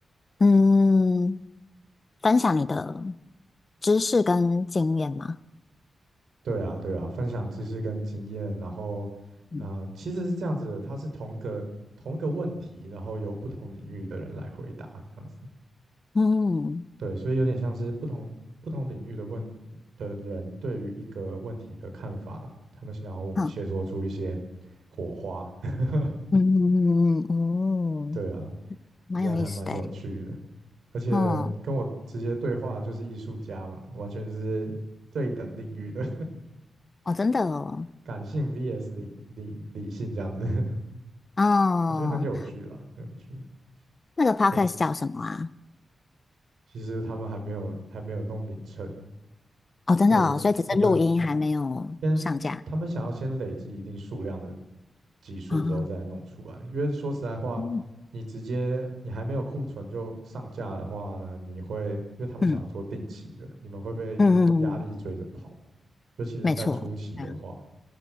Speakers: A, on the left; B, on the right.
A: 嗯，分享你的知识跟经验嘛，
B: 对啊，对啊，分享知识跟经验，然后，
A: 嗯
B: 呃，其实是这样子的，它是同一个同一个问题，然后由不同领域的人来回答，这样子。
A: 嗯
B: 对，所以有点像是不同不同领域的问的人对于一个问题的看法，他们想要我们切磋出一些
A: 嗯
B: 火花。<laughs>
A: 嗯嗯嗯，嗯哦
B: 对啊，
A: 蛮有意思的诶，
B: 我觉得还蛮有趣的，而且跟我直接对话就是艺术家嘛，
A: 哦
B: 完全是对等领域的
A: 哦，真的哦，
B: <laughs> 感性 VS 理理理性这样子。
A: 哦，
B: 我觉得很有趣啦，很有趣。
A: 那个 podcast
B: 对，
A: 叫什么啊？
B: 其实他们还没有还没有弄名称，
A: 哦，真的哦，
B: 对我们
A: 所以只是录音还没有上架
B: 先，他们想要先累积一定数量的集数之后再弄出来，
A: 啊，
B: 因为说实在话，
A: 嗯
B: 你直接你还没有库存就上架的话呢，你会因为他们想要做定期的，
A: 嗯
B: 你们会被压力追着跑，
A: 嗯嗯，嗯嗯嗯
B: 尤其是在初期的话，
A: 没错，对啊